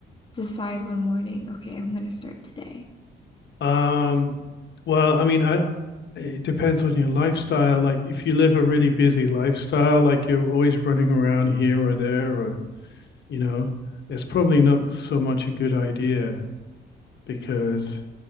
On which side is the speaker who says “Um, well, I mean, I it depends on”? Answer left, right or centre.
Left